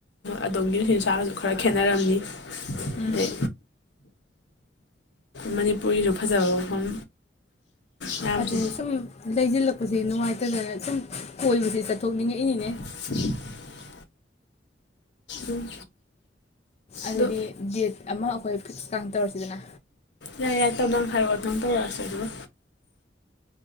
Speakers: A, on the left; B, on the left.
A: ꯑꯗꯣꯝꯒꯤ ꯅꯨꯡꯁꯤꯠ ꯅꯨꯡꯁꯥꯁꯨ ꯈꯔ ꯈꯦꯠꯅꯔꯝꯅꯤ
B: ꯎꯝ
A: ꯑꯗꯩ ꯃꯅꯤꯄꯨꯔꯤꯁꯨ ꯐꯖꯕ ꯃꯐꯝ ꯃꯌꯥꯝꯁꯦ
B: ꯑꯗꯩ ꯁꯨꯝ ꯂꯩꯁꯤꯜꯂꯛꯄꯁꯦ ꯅꯨꯡꯉꯥꯏꯇꯗꯅ ꯁꯨꯝ ꯀꯣꯏꯕꯕꯁꯤ ꯆꯠꯊꯣꯛꯅꯤꯡꯉꯛꯏꯅꯤꯅꯦ
A: <inaudible> ꯎꯝ
B: ꯑꯗꯨꯗꯤ
A: ꯑꯗꯣ
B: ꯗꯦꯠ ꯑꯃ ꯑꯩꯈꯣꯏ ꯐꯤꯛꯁ ꯀꯥꯡ ꯇꯧꯔꯥꯁꯤꯗꯅ
A: ꯌꯥꯏ ꯌꯥꯏ ꯇꯝ ꯇꯝ ꯍꯥꯏꯔꯛꯑꯣ ꯑꯗꯨꯝ ꯇꯧꯔꯥꯁꯤ ꯑꯗꯨꯒꯥ